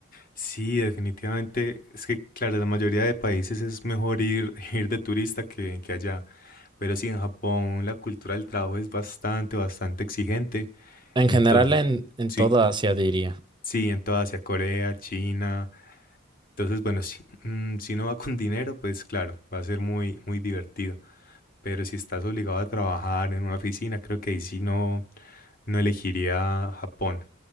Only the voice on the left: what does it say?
Sí, definitivamente. Es que, claro, la mayoría de países es mejor ir, <laughs> ir de turista que, que allá. Pero sí, en Japón la cultura del trabajo es bastante, bastante exigente.
Entonces,
sí,
sí, en toda Asia, Corea, China. Entonces, bueno, si, mm, si no va con dinero, pues claro, va a ser muy, muy divertido. Pero si estás obligado a trabajar en una oficina, creo que ahí sí no, no elegiría Japón.